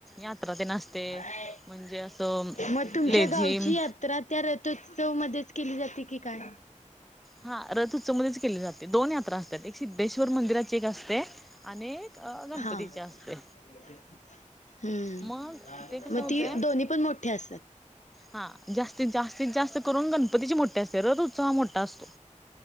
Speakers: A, in the centre; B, on the left.
A: यात्रा ते नसते.
B: हा
A: म्हणजे असं
B: मग तुमच्या
A: लेझिम
B: गावची यात्रा त्या रथोत्सव मध्येच केली जाते की काय?
A: हा रथ उत्सव मध्येच केली जाते दोन यात्रा असतात एक सिद्धेश्वर मंदिराची एक असते. आणि एक गणपतीची
B: हा हम्म.
A: असते मग ते कसं
B: मग
A: होतंय
B: ती दोन्ही पण मोठे असतात.
A: हा जास्तीत जास्तीत जास्त करून गणपतीची मोठठी असते रज उत्सह मोठा असतो.